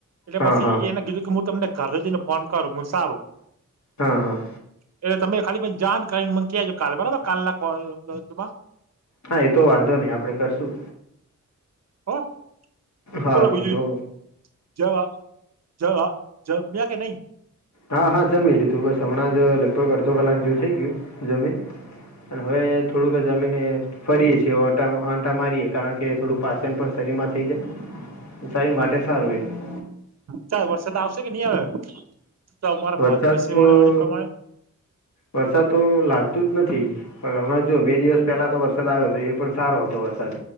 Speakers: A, on the right; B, on the left.
A: એટલે
B: હા
A: પછી
B: હા
A: એને કીધું કે હું તમને ઘરે જઈને ફોન કરું. હું સારું
B: હા હા.
A: એટલે તમે ખાલી પણ જાાન કરીને મકીજો કાલ બરાબર કાલ નામાં <unintelligible>
B: હા એ તો વાંધો નહી આપડે કરશું.
A: હ
B: હારું
A: બોલો બીજું
B: એ તો
A: જ જ જ મે્યા કે નહી <unintelligible>
B: હા હા જમી લીધું બસ હમણાં જ લગભગ અડધો કલાક જેવું થઇ ગયું જમે અને હવે થોડુંક જમીન ફરીએ છીએ આંટા મારીએ કારણ કે થોડું પાચન પણ શરીરમાં થઈ જાય. શરીર માટે સારું એ.
A: ચાલ વરસાદ આવશે કે નહી આવે તો મારા
B: વરસાદ
A: વિષ
B: તો
A: વા વાણી પ્રમાણે
B: વરસાદ તો લાગતું જ નથી. પણ હમારે જો બે દિવસ પહેલા તો વરસાદ આવ્યો હતો એ પણ સારો હતો વરસાદ